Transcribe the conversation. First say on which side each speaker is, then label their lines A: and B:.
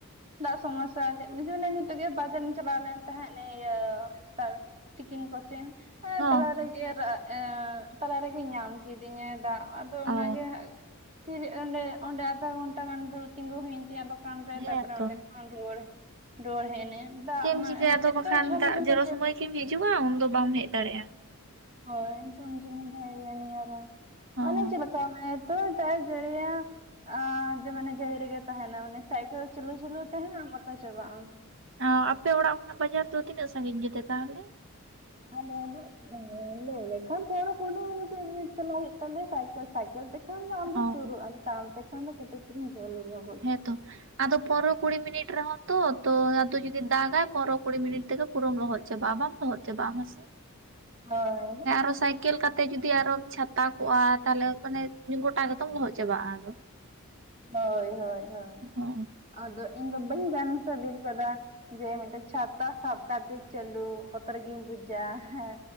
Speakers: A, on the right; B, on the right.
A: ᱫᱟᱜ ᱥᱳᱢᱳᱥᱟ <unintelligible> ᱱᱤᱛᱳᱜ ᱜᱮ ᱵᱟᱡᱟᱨ ᱞᱤᱧ ᱪᱟᱞᱟᱣ ᱞᱮᱱ ᱛᱟᱦᱮᱸᱫ ᱱᱮ ᱤᱭᱟᱹ ᱥᱮᱛᱟᱜ ᱵᱮ ᱛᱤᱠᱤᱱ ᱠᱚ ᱥᱮᱱ ᱟᱨ
B: ᱦᱚᱸ
A: ᱛᱟᱞᱟ ᱨᱮᱜᱮ ᱨᱟ ᱮᱸ ᱛᱟᱞᱟ ᱨᱮᱜᱮ ᱧᱟᱢ ᱠᱤᱫᱤᱧᱟᱭ ᱫᱟᱜ ᱟᱫᱚ ᱚᱱᱟᱜᱮ
B: ᱚ
A: ᱛᱷᱤᱨ ᱚᱸᱰᱮ ᱚᱸᱰᱮ ᱟᱫᱷᱟ ᱜᱷᱚᱱᱴᱟ ᱜᱟᱱ ᱫᱩᱲᱩᱵ ᱛᱤᱸᱜᱩ ᱦᱩᱭᱤᱱ ᱛᱤᱧᱟᱹ ᱫᱚᱠᱟᱱ ᱨᱮ
B: ᱦᱮᱸ
A: ᱛᱟᱯᱚᱨᱮ
B: ᱛᱚ
A: ᱚᱸᱰᱮ ᱠᱷᱚ ᱨᱩᱣᱟᱹᱲ ᱨᱩᱣᱟᱹᱲ ᱦᱮᱡ ᱤᱱᱟᱹᱧ ᱫᱟᱜ
B: ᱪᱮᱫ ᱮᱢ
A: ᱢᱟ
B: ᱪᱤᱠᱟᱹᱭᱟ ᱟᱫᱚ
A: ᱮᱛᱚ
B: ᱵᱟᱠᱷᱟᱱ
A: ᱡᱷᱚᱢ
B: ᱫᱟᱜ
A: ᱡᱷᱚᱢᱮ
B: ᱡᱚᱨᱚ
A: ᱡᱟᱹᱲᱤᱭᱟ
B: ᱥᱳᱢᱟᱹᱭ ᱜᱤᱢ ᱦᱤᱡᱩᱜ-ᱟ, ᱩᱱᱫᱚ ᱵᱟᱢ ᱦᱮᱡ ᱫᱟᱲᱮᱜ-ᱟ᱾
A: ᱦᱳᱭ ᱡᱷᱚᱢ ᱡᱷᱚᱢᱮ ᱫᱟᱜ ᱮ ᱟᱱᱤᱡ ᱟᱨᱚ
B: ᱦᱚᱸ
A: ᱢᱟᱱᱮ ᱪᱮᱫ ᱞᱮᱠᱟ ᱢᱟᱱᱮ ᱛᱚ ᱫᱟᱜ ᱡᱟᱹᱲᱤᱭᱟ ᱟᱻ ᱢᱟᱱᱮ ᱡᱟᱲᱤ ᱨᱮᱜᱮ ᱛᱟᱦᱮᱸᱱᱟ, ᱢᱟᱱᱮ ᱥᱟᱭᱠᱮᱞ ᱪᱟᱹᱞᱩ ᱪᱟᱹᱞᱩ ᱛᱮᱦᱟᱢ <unintelligible> ᱪᱟᱵᱟᱜᱟᱢ᱾
B: ᱚ ᱟᱯᱮ ᱚᱲᱟᱜ ᱠᱷᱚᱱᱟᱜ ᱵᱟᱡᱟᱨ ᱫᱚ ᱛᱤᱱᱟᱹᱜ ᱥᱟᱹᱜᱤᱧ ᱜᱮᱛᱮ ᱛᱟᱦᱚᱞᱮ?
A: ᱟᱞᱮ ᱫᱚ ᱞᱟᱹᱭ ᱞᱮᱠᱷᱱᱟ ᱯᱚᱱᱨᱚ ᱠᱩᱲᱤ ᱢᱤᱱᱤᱴ ᱪᱟᱞᱟᱣ ᱦᱩᱭᱩᱜ ᱛᱟᱞᱮᱭ-ᱟ ᱥᱟᱭᱠᱮᱞ ᱥᱟᱭ ᱠᱮᱞ ᱛᱮᱠᱷᱟᱱ ᱫᱚ ᱟᱢ ᱫᱚ
B: ᱚ
A: ᱥᱩᱨᱩᱜᱟᱢ ᱛᱟᱲᱟᱢ ᱛᱮᱠᱷᱟᱱ ᱫᱚ ᱠᱟᱹᱴᱤᱡ ᱪᱩᱞᱩᱝ ᱡᱷᱟᱹᱞ ᱧᱚᱜ᱾
B: ᱦᱮᱸᱛᱚ ᱟᱫᱚ ᱯᱚᱱᱨᱚ ᱠᱩᱲᱤ ᱢᱤᱱᱤᱴ ᱨᱮᱦᱚᱸ ᱛᱚ ᱛᱚ ᱟᱫᱚ ᱡᱩᱫᱤ ᱫᱟᱜᱟᱭ ᱯᱚᱱᱨᱚ ᱠᱩᱲᱤ ᱢᱤᱱᱤᱴ ᱛᱮᱜᱮ ᱯᱩᱨᱟᱹᱢ ᱞᱚᱦᱚᱫ ᱪᱟᱵᱟᱜ-ᱟ, ᱵᱟᱢ ᱞᱚᱦᱚᱫ ᱪᱟᱵᱟᱜ-ᱟ ᱢᱟᱥᱮ?
A: ᱦᱳᱭ᱾
B: ᱦᱮᱸ ᱟᱨᱚ ᱥᱟᱭᱠᱮᱞ ᱠᱟᱛ ᱛᱮ ᱡᱩᱫᱤ ᱟᱨᱚᱢ ᱪᱷᱟᱛᱟ ᱠᱚᱜᱟ ᱛᱟᱞᱦᱮ ᱢᱟᱱᱮ ᱜᱚᱴᱟ ᱜᱮᱛᱚᱢ ᱞᱚᱦᱚᱫ ᱪᱟᱵᱟᱜ-ᱟ ᱟᱫᱚ᱾
A: ᱦᱳᱭ ᱦᱳᱭ ᱦᱳᱭ
B: ᱚ
A: ᱟᱫᱚ ᱤᱧ ᱫᱚ ᱵᱟᱹᱧ <inaudible> ᱡᱮ ᱢᱤᱫᱴᱮᱡ ᱪᱷᱟᱛᱟ ᱥᱟᱵ ᱠᱟᱛᱮ ᱪᱟᱹᱞᱩ ᱵᱚᱛᱚᱨ ᱜᱤᱧ ᱵᱩᱪᱟ ᱦᱮᱸ᱾